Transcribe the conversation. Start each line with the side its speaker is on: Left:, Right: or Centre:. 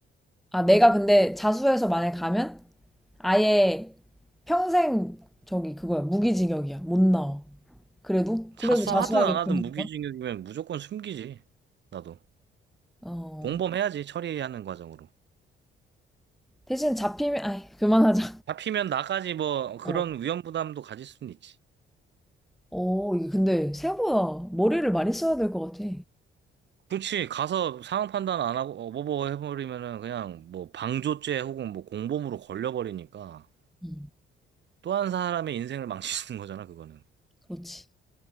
Centre: 아, 내가 근데 자수해서 만약 가면 아예 평생 저기 그거야, 무기징역이야. 못 나와. 그래도?
Right: 자수하든
Centre: 그래도 자수하게
Right: 안 하든
Centre: 되는
Right: 무기징역이면
Centre: 거야?
Right: 무조건 숨기지. 나도.
Centre: 어.
Right: 공범해야지, 처리하는 과정으로.
Centre: 대신 잡히면, 아이, 그만하자.
Right: 잡히면 나까지 뭐 그런
Centre: 어.
Right: 위험 부담도 가질 수는 있지.
Centre: 어, 이게 근데 생각보다 머리를 많이 써야 될 것 같아.
Right: 그렇지, 가서 상황 판단 안 하고 어버버 해버리면은 그냥 뭐 방조죄 혹은 뭐 공범으로 걸려버리니까
Centre: 응,
Right: 또 한 사람의 인생을 망치는 거잖아, 그거는.
Centre: 그렇지.